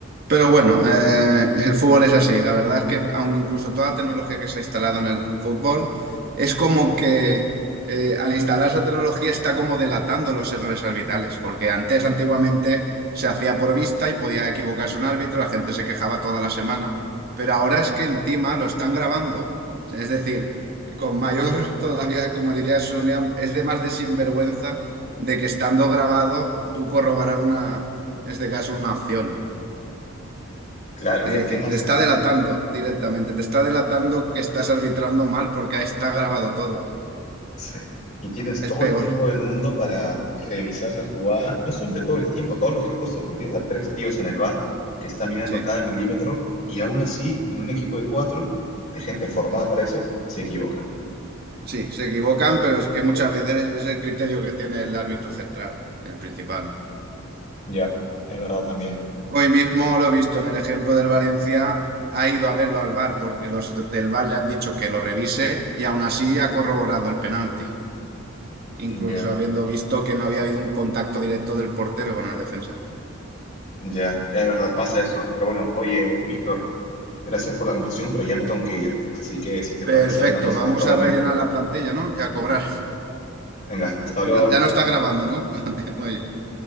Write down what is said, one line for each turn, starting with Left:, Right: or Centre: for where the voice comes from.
Right: Pero bueno, eh, el fútbol es así. La verdad es que aun incluso toda la tecnología que se ha instalado en el fútbol, es como que eh, al instalar esa tecnología está como delatando los errores arbitrales, porque antes, antiguamente, se hacía por vista y podía equivocarse un árbitro, la gente se quejaba toda la semana, pero ahora es que encima lo están grabando. Es decir, con mayor, todavía, como diría Sonia, es de más de sinvergüenza de que estando grabado tú corroborar una, en este caso, una acción.
Left: Claro,
Right: Es
Left: ya
Right: decir,
Left: qué más
Right: te está
Left: excusa
Right: delatando directamente, te está delatando que estás arbitrando mal porque ahí está grabado todo.
Left: Sí. Y tienes
Right: Es
Left: todo
Right: peor.
Left: el tiempo del mundo para revisar la jugada. No solamente todo el tiempo, todos los recursos, porque tienes a tres tíos en el bar que están mirando
Right: Sí,
Left: cada milímetro y aún así, en un equipo de cuatro, de gente formada para eso, se equivocan.
Right: sí, se equivocan, pero es que muchas veces es el criterio que tiene el árbitro central, el principal.
Left: Ya, es verdad también.
Right: Hoy mismo lo he visto en el ejemplo del Valencia, ha ido a verlo al VAR porque los del VAR le han dicho que lo revise y aún así ha corroborado el penalti, incluso
Left: Ya.
Right: habiendo visto que no había habido un contacto directo del portero con el defensa.
Left: Ya, es verdad, pasa eso. Pero bueno, oye, Víctor, gracias por la conversación, pero ya me tengo que ir. Así que si te
Right: Perfecto,
Left: parece, hablamos
Right: vamos
Left: en otro momento.
Right: a rellenar la plantilla, ¿no? Y a cobrar.
Left: Venga, hasta luego.
Right: Ya, ya no está grabando, ¿no? <laughs> Muy bien.